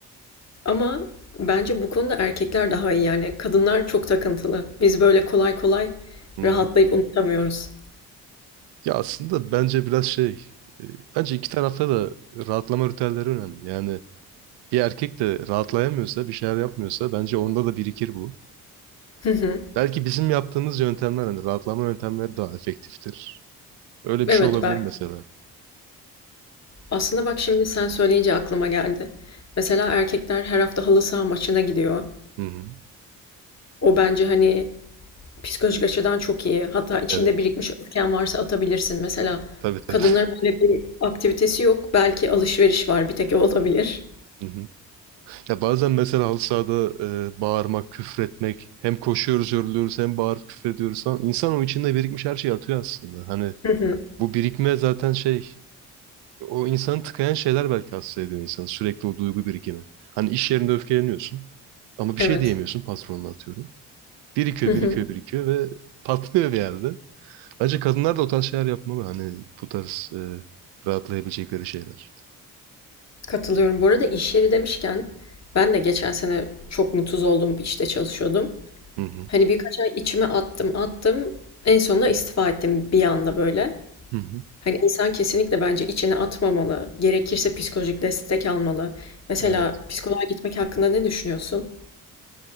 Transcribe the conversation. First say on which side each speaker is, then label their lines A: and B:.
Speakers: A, on the left (about 35°); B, on the right (about 65°).
A: Ama bence bu konuda erkekler daha iyi yani. Kadınlar çok takıntılı. Biz böyle kolay kolay
B: Hı hı.
A: rahatlayıp unutamıyoruz.
B: Ya aslında bence biraz şey, e, bence iki tarafta da rahatlama ritüelleri önemli. Yani bir erkek de rahatlayamıyorsa, bir şeyler yapmıyorsa bence onda da birikir bu.
A: Hı hı.
B: Belki bizim yaptığımız yöntemler, hani rahatlama yöntemleri daha efektiftir. Öyle
A: Evet
B: bir şey olabilir
A: belki.
B: mesela.
A: Aslında bak şimdi sen söyleyince aklıma geldi. Mesela erkekler her hafta halı saha maçına gidiyor.
B: Hı hı.
A: O bence hani psikolojik açıdan çok iyi. Hatta içinde
B: Evet.
A: birikmiş öfken varsa atabilirsin. Mesela
B: Tabii tabii.
A: kadınların böyle bir aktivitesi yok. Belki alışveriş var. Bir tek o olabilir.
B: <laughs> Hı hı. Ya bazen mesela halı sahada e, bağırmak, küfretmek, hem koşuyoruz, yoruluyoruz, hem bağırıp küfrediyoruz falan. İnsan o içinde birikmiş her şeyi atıyor aslında. Hani
A: Hı hı.
B: bu birikme zaten şey, o insanı tıkayan şeyler belki hasta ediyor insanı. Sürekli o duygu birikimi. Hani iş yerinde öfkeleniyorsun ama bir
A: Evet.
B: şey diyemiyorsun patronuna atıyorum. Birikiyor,
A: <laughs>
B: birikiyor, birikiyor ve <laughs> patlıyor bir yerde. Bence kadınlar da o tarz şeyler yapmalı. Hani bu tarz e, rahatlayabilecekleri şeyler.
A: Katılıyorum. Bu arada iş yeri demişken ben de geçen sene çok mutsuz olduğum bir işte çalışıyordum.
B: Hı hı.
A: Hani birkaç ay içime attım attım. En sonunda istifa ettim bir anda böyle.
B: Hı hı.
A: Hani insan kesinlikle bence içine atmamalı. Gerekirse psikolojik destek almalı. Mesela
B: Evet.
A: psikoloğa gitmek hakkında ne düşünüyorsun?